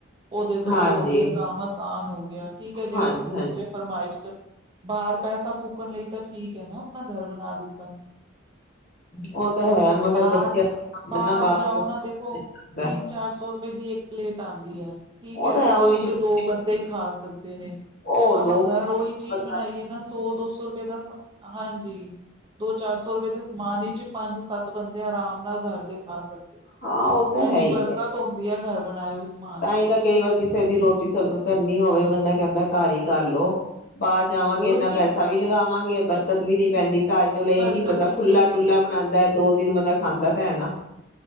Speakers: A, on the right; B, on the left.
A: ਉਹਦੇ ਤੋਂ
B: ਹਾਂਜੀ
A: ਹੋਰ ਵੀ ਕੰਮ ਆਸਾਨ ਹੋ ਗਿਆ, ਠੀਕ ਹੈ ਜਿਹੜੇ
B: ਹਾਂਜੀ
A: ਕੁਛ ਬੱਚੇ
B: ਹਾਂਜੀ
A: ਫਰਮਾਇਸ਼ ਕਰਦੇ ਬਾਹਰ ਪੈਸਾ ਫੂਕਣ ਲਈ ਤਾਂ ਠੀਕ ਹੈ, ਨਾ ਘਰ ਬਣਾ ਦਿੱਤਾ,
B: ਉਹ ਤਾਂ ਹੈ ਮਗਰ
A: ਬਾਹਰ-ਬਾਹਰ
B: ਬੱਚਿਆਂ ਨਾ ਬਾਹਰ
A: ਜਾਓ ਨਾ ਦੇਖੋ,
B: ਦਾ
A: ਤਿੰਨ ਚਾਰ ਸੌ ਇਹਦੀ ਇੱਕ ਪਲੇਟ ਆਂਦੀ ਏ। ਠੀਕ
B: ਉਹ
A: ਹੈ,
B: ਤਾਂ
A: ਤੇ ਦੋ
B: ਵਿੱਚ
A: ਕੇ
B: ਕੁਛ
A: ਦੋ ਬੰਦੇ ਹੀ ਖਾ ਸਕਦੇ ਨੇ।
B: ਉਹ
A: ਆਪਾਂ
B: ਦੋ
A: ਘਰ ਉਹੀ ਚੀਜ਼
B: ਹਾਂ
A: ਬਣਾਈਏ ਨਾ, ਸੌ ਦੋ ਸੌ ਰੁਪਏ ਦਾ ਹਾਂਜੀ। ਦੋ ਚਾਰ ਸੌ ਰੁਪਏ ਦੇ ਸਮਾਨ ਵਿੱਚ ਪੰਜ ਸੱਤ ਬੰਦੇ ਆਰਾਮ ਨਾਲ ਘਰ ਦੇ ਖਾ ਸਕਦੇ।
B: ਹਾਂ ਉਹ ਤਾਂ ਹੈ
A: ਇੰਨੀ
B: ਹੀ
A: ਬਰਕਤ
B: ਹੈ
A: ਹੁੰਦੀ ਹੈ। ਘਰ ਬਣਾਏ ਹੋਏ। ਸਮਾਨ
B: ਤਾਂ
A: ਚ
B: ਹੀ ਤਾਂ ਕਈ ਵਾਰ ਕਿਸੇ ਦੀ ਰੋਟੀ ਸਭ ਕਰਨੀ ਹੋਵੇ, ਬੰਦਾ ਕਹਿੰਦਾ ਘਰ ਹੀ ਕਰ ਲਓ। ਬਾਹਰ ਜਾਵਾਂਗੇ,
A: ਹੋਰ
B: ਇੰਨਾ
A: ਕੀ
B: ਪੈਸਾ ਵੀ ਲਗਾਵਾਂ। ਬਰਕਤ ਵੀ ਨੀ ਪੈਂਦੀ। ਘਰ ਚਲੋ ਇਹ
A: ਬਰਕਤ
B: ਕਿ ਬੰਦਾ
A: ਵੀ
B: ਖੁੱਲਾ
A: ਨਹੀਂ ਹੁੰਦੀ
B: ਡੁੱਲਾ ਬਣਾਉਂਦਾ ਦੋ ਦਿਨ ਬੰਦਾ ਖਾਂਦਾ ਤਾਂ ਹੈ ਨਾ।